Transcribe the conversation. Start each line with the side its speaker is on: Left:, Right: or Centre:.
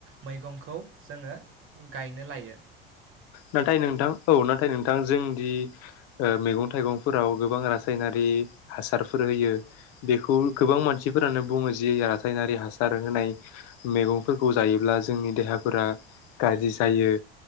Right: मैगंखौ जोङो गाय नो लायो।
Left: नाथाय नोंथां औ नाथाय नोंथां जोंदि ओ मैगं थाइगंफोराव गोबां रासायनारि हासारफोर होयो बेखौ गोबां मानसि फोरानो बुङो जि रासायनारि हासार होनाय मैगंफोरखौ जायोब्ला जोंनि देहाफोरा गाज्रि जायो।